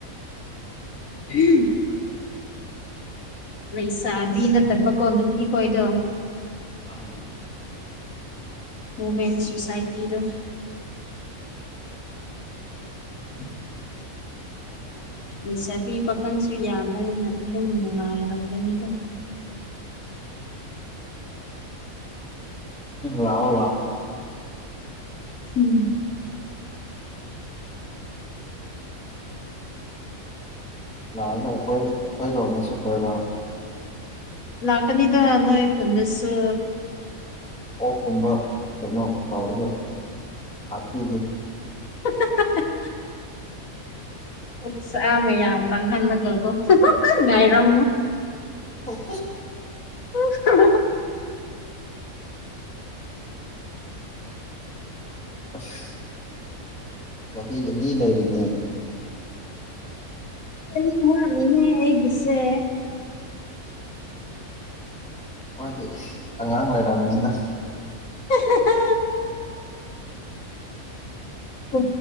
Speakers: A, on the left; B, in the centre.
A: ꯍꯝ ꯂꯩꯁꯥꯕꯤ ꯅꯠꯇꯕꯀꯣ ꯅꯨꯄꯤ ꯈꯣꯏꯗꯣ
B: ꯑ
A: ꯋꯨꯃꯦꯟ ꯁꯣꯁꯥꯏꯇꯤꯗ ꯎꯝ ꯂꯩ ꯆꯕꯤ ꯄꯥꯈꯪꯁꯨ ꯌꯥꯅ ꯑꯩꯅ ꯑꯗꯨꯝ ꯅꯨꯡꯉꯥꯏꯔꯝꯒꯅꯤꯗ
B: ꯂꯑꯣ
A: ꯎꯝ
B: ꯂꯥꯛꯑꯒ ꯑꯩꯈꯣꯏ ꯑꯩꯈꯣꯏ ꯔꯣꯅꯁꯨ ꯀꯣꯏꯔꯑꯣ
A: ꯂꯥꯛꯀꯅꯤꯗꯅꯣꯣꯏ ꯈꯨꯟꯅꯁ
B: ꯑꯣꯛꯀꯨꯝꯕ ꯀꯩꯅꯣ ꯇꯧꯔꯒ ꯍꯥꯞꯄꯤꯒꯦ
A: <unintelligible> ꯎꯁꯃꯦ ꯌꯥꯝ ꯀꯥꯟ ꯊꯗ ꯀꯦꯀꯣ ꯉꯥꯏꯔꯃꯣ
B: ꯊꯦꯡ
A: <unintelligible>
B: ꯑꯁ ꯆꯍꯤ ꯑꯅꯤ ꯂꯩꯔꯤꯅꯦ
A: ꯁꯤ ꯃ ꯏꯅꯦ ꯁꯦ
B: ꯍꯣꯏꯗꯤ ꯑꯉꯥꯡ ꯂꯩꯔꯕꯅꯤꯗ
A: <unintelligible> ꯀ